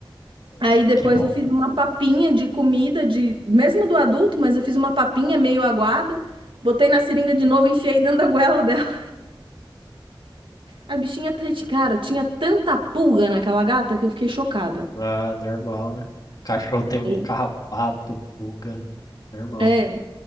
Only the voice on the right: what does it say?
Aí
depois
eu fiz uma papinha de comida, de mesmo do adulto, mas eu fiz uma papinha meio aguada, botei na seringa de novo, enfiei dentro da goela dela. A bichinha, tá- cara, tinha tanta pulga naquela gata que eu fiquei chocada.
Sim.
É,